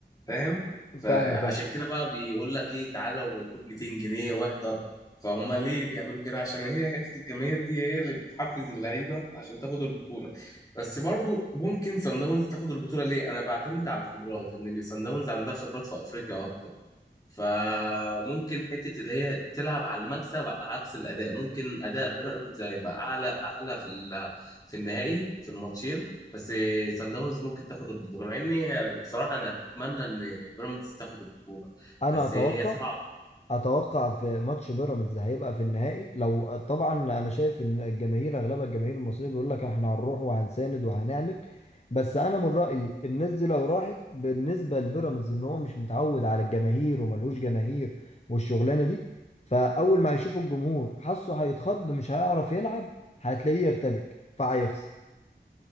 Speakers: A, on the left; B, on the left.
A: فاهم فعشان
B: فاهمك اه
A: كده بقى بيقول لك ايه تعالى وخد 200 جنيه واحضر فهم ليه بيعملوا كده عشان هي حتة الجماهير دي هي اللي بتحفز اللعيبة عشان تاخد البطولة بس برضو ممكن سان داونز تاخد البطولة ليه انا بعتمد على الخبرات ان سان داونز عندها خبرات في افريقيا اكتر فممكن حته اللي هي تلعب على المكسب عكس الاداء ممكن اداء بيراميدز هيبقى اعلى اعلى في ال- في النهائي في الماتشين بس سان داونز ممكن تاخد البطوله مع اني بصراحه انا اتمنى ان بيراميدز تاخد البطوله
B: انا
A: بس
B: اتوقع
A: هي صعبه
B: اتوقع في ماتش بيراميدز هيبقى في النهائي لو طبعا انا شايف ان الجماهير اغلبها الجماهير المصريه بيقول لك احنا هنروح وهنساند وهنعمل بس انا من رايي الناس دي لو راحت بالنسبه لبيراميدز ان هو مش متعود على الجماهير وملهوش جماهير والشغلانه دي فاول ما هيشوف الجمهور حاسه هيتخض مش هيعرف يلعب هتلاقيه يرتبك فهيخسر